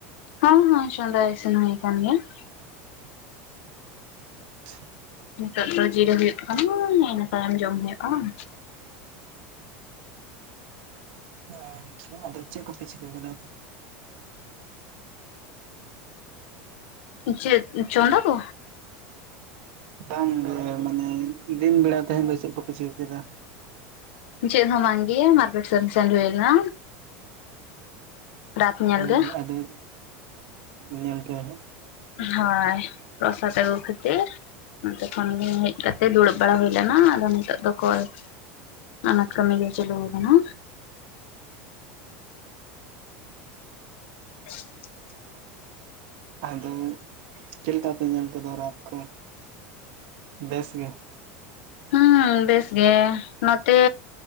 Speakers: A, on the left; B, on the right.
A: ᱦᱚᱸᱦᱚᱸ ᱪᱚᱸᱫᱟ ᱤᱥᱤᱱ ᱦᱩᱭ ᱠᱟᱱ ᱜᱮᱭᱟ ᱾
B: <unintelligible>
A: ᱱᱤᱛᱚᱜ ᱫᱚ ᱡᱤᱨᱟᱹ ᱦᱩᱭᱩᱜ ᱠᱟᱱᱟ ᱤᱱᱟᱹ ᱛᱟᱭᱚᱢ ᱡᱚᱢ ᱦᱩᱭᱩᱜᱼᱟ ᱾
B: ᱟᱪᱪᱷᱟ ᱾ ᱟᱫᱚ ᱪᱮᱫ ᱠᱚᱯᱮ ᱪᱤᱠᱟᱹ ᱠᱮᱫ?
A: ᱪᱮᱫ ᱪᱚᱸᱫᱟ ᱠᱚ
B: ᱵᱟᱝᱜ ᱢᱟᱱᱮ ᱫᱤᱱ ᱵᱮᱲᱟ ᱛᱮᱦᱮᱱ ᱫᱚ ᱪᱮᱫ ᱠᱚᱯᱮ ᱪᱤᱠ ᱠᱮᱫᱟ?
A: ᱪᱮᱫ ᱦᱚᱸ ᱵᱟᱝ ᱜᱮ ᱢᱟᱨᱠᱮᱴ ᱥᱮᱱ ᱦᱩᱭ ᱞᱮᱱᱟ ᱨᱟᱛ ᱧᱮᱞ
B: ᱚ
A: ᱜᱮ
B: ᱟᱫᱚ ᱧᱮᱞ ᱠᱮᱭᱟ ᱦᱟᱸᱜ
A: ᱦᱳᱭ ᱯᱨᱚᱥᱟᱫ ᱟᱹᱜᱩ ᱠᱷᱟᱹᱛᱤᱨ ᱚᱱᱛᱮ ᱠᱷᱚᱱ ᱦᱮᱡ ᱠᱟᱛᱮ ᱫᱩᱲᱩᱵ ᱵᱟᱲᱟ ᱦᱩᱭ ᱞᱮᱱᱟ ᱟᱫᱚ ᱱᱤᱛᱚᱜ ᱫᱚᱠᱚᱞ ᱚᱱᱟ ᱠᱟᱹᱢᱤ ᱜᱮ ᱪᱟᱹᱞᱩ ᱟᱠᱟᱱᱟ <unintelligible>
B: ᱟᱫᱚ ᱪᱮᱫ ᱞᱮᱠᱟ ᱯᱮ ᱧᱮᱞ ᱠᱮᱫᱚ ᱨᱟᱛᱷ ᱠᱚ ᱵᱮᱥ ᱜᱮ
A: ᱦᱮᱸ ᱵᱮᱥ ᱜᱮ ᱱᱚᱛᱮ